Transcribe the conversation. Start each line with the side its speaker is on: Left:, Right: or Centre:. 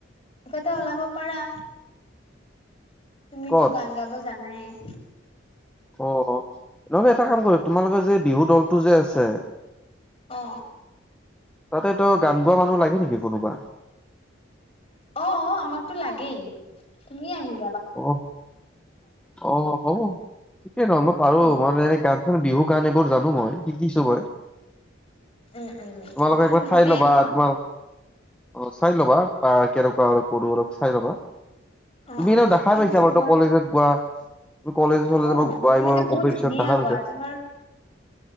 Left: তে ওলাব পাৰা। তুমিতো
Centre: ক'ত
Left: গান গাব জানাই।
Centre: অঁ নহলে এটা কাম কৰ তোমালোকে যে বিহু দলটো যে আছে।
Left: অ
Centre: তাতে তো গান গোৱা মানুহ লাগে নেকি কোনোবা।
Left: অঁ আমাকতো লাগেই তুমি আহিছা।
Centre: অঁ অঁ ঠিকেই নহয় মই পাৰো
Left: উম
Centre: মই এনে গান। বিহু গান এইবোৰ জানো মই শিকিছো মই।
Left: উম উম
Centre: তোমালোকে
Left: তেতিয়াহ'লে
Centre: একবাৰ
Left: ভালেই
Centre: চাই ল'বা
Left: ন
Centre: তোমাল, অ চাই ল'বা বা। কেনেকুৱা অ কৰো অলপ চাই লবা,
Left: অ
Centre: তুমি
Left: অ
Centre: এনে দেখা
Left: ঠিক
Centre: পাইছা
Left: আছে মই
Centre: ত কলেজত গোৱা। তুমি কলেজ চললেমাৰৰ
Left: অ তুমিতো বহুত
Centre: কম্পিটিশন
Left: ধুনীয়া
Centre: দেখা
Left: গোৱা
Centre: পাইছা।
Left: তোমাৰ